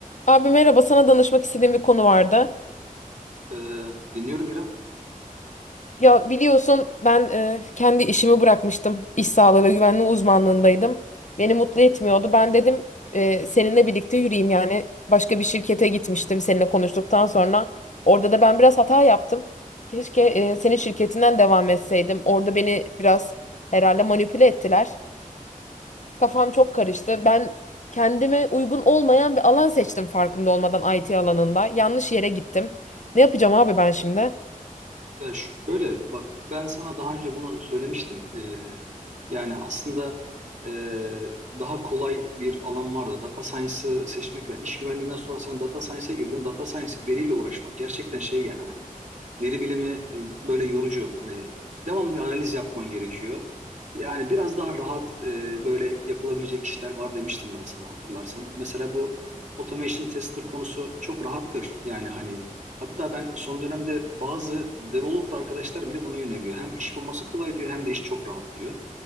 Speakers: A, on the left; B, on the right.
A: Abi merhaba, sana danışmak istediğim bir konu vardı.
B: Ee, dinliyorum İrem.
A: Ya biliyorsun ben e, kendi işimi bırakmıştım. İş sağlığı ve güvenliği uzmanlığındaydım. Beni mutlu etmiyordu. Ben dedim e, seninle birlikte yürüyeyim yani. Başka bir şirkete gitmiştim seninle konuştuktan sonra. Orada da ben biraz hata yaptım. Keşke e, senin şirketinden devam etseydim. Orada beni biraz herhalde manipüle ettiler. Kafam çok karıştı. Ben kendime uygun olmayan bir alan seçtim farkında olmadan IT alanında. Yanlış yere gittim. Ne yapacağım abi ben şimdi?
B: Ya şöyle bak ben sana daha önce bunu söylemiştim. Ee, yani aslında ee, daha kolay bir alan var da data science'ı seçmek. iş güvenliğinden sonra sen data science'a girdin. Data science veriyle uğraşmak gerçekten şey yani hani veri bilimi e, böyle yorucu. Hani devamlı bir analiz yapman gerekiyor. Yani biraz daha rahat e, böyle yapılabilecek işler var demiştim ben sana hatırlarsan. Mesela bu automation tester konusu çok rahattır. Yani hani Hatta ben son dönemde bazı developer arkadaşlar bile buna yöneliyor. Hem iş bulması kolay diyor hem de iş çok rahat diyor.